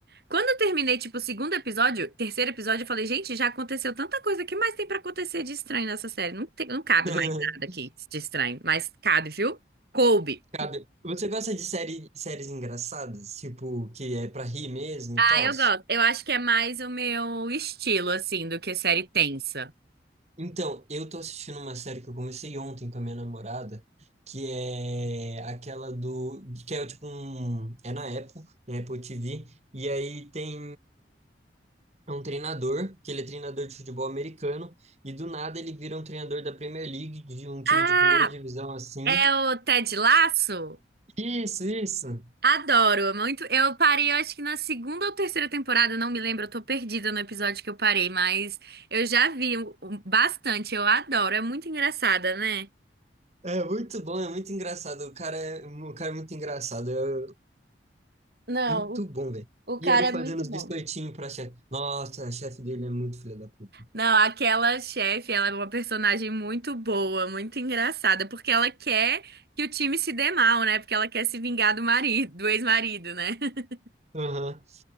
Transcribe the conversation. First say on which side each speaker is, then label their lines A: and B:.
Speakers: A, on the right (about 55°); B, on the right (about 35°).
A: quando eu terminei, tipo, o segundo episódio, terceiro episódio, eu falei, gente, já aconteceu tanta coisa, o que mais tem pra acontecer de estranho nessa série? Não tem, não cabe
B: <laughs>
A: mais nada aqui de estranho, mas cabe, viu? Coube.
B: Cabe. Você gosta de série, séries engraçadas? Tipo, que é pra rir mesmo
A: Ah,
B: e tal?
A: eu gosto. Eu acho que é mais o meu estilo, assim, do que série tensa.
B: Então, eu tô assistindo uma série que eu comecei ontem com a minha namorada, que é aquela do. que é tipo um. É na Apple, na Apple TV. E aí tem É um treinador, que ele é treinador de futebol americano, e do nada ele vira um treinador da Premier League, de um time
A: Ah,
B: de primeira divisão assim.
A: é o Ted Lasso?
B: Isso, isso.
A: Adoro, é muito. Eu parei, eu acho que na segunda ou terceira temporada, não me lembro, eu tô perdida no episódio que eu parei, mas eu já vi o- o- bastante, eu adoro, é muito engraçada, né?
B: É muito bom, é muito engraçado. O cara é, o cara é muito engraçado. É
A: Não,
B: muito bom, velho.
A: o, o
B: E
A: cara
B: ele fazendo
A: é muito
B: os
A: bom.
B: biscoitinhos pra chefe. Nossa, a chefe dele é muito filha da puta.
A: Não, aquela chefe, ela é uma personagem muito boa, muito engraçada, porque ela quer que o time se dê mal, né? Porque ela quer se vingar do marido, do ex-marido, né? <laughs>
B: Aham.